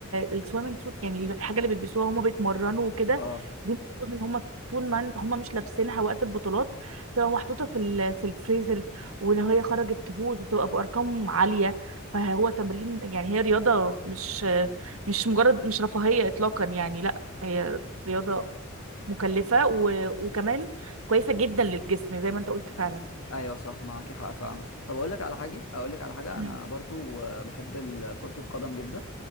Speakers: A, on the right; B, on the left.
A: السويمنج سوت يعني الحاجه اللي بيلبسوها هم بيتمرنوا وكده
B: اه
A: دي المفروض ان هم طول ما هم مش لابسينها وقت البطولات بتبقى محطوطه في ال- في الفريزر ولو هي خرجت تبوظ بتبقى بارقام عاليه فهو تمرين يعني هي رياضه مش مش مجرد مش رفاهيه اطلاقا يعني لا هي رياضه مكلفه و... وكمان كويسه جدا للجسم زي ما انت قلت فعلا
B: ايوه صح معاك حق فعلا طب اقول لك على حاجه اقول لك على حاجه
A: مم.
B: انا برضو آه، بحب ال- كره القدم جدا